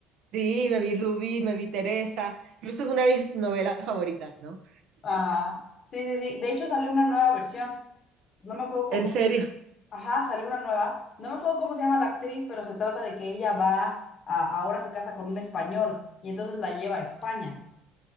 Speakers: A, on the right (about 60°); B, on the left (about 45°).
A: Sí, me vi Rubí, me vi Teresa, incluso es una de mis novelas favoritas, ¿no?
B: Ah, sí, sí, sí, de hecho salió una nueva versión, no me acuerdo cómo,
A: En serio.
B: ajá, salió una nueva, no me acuerdo cómo se llama la actriz, pero se trata de que ella va, a, ahora se casa con un español y entonces la lleva a España.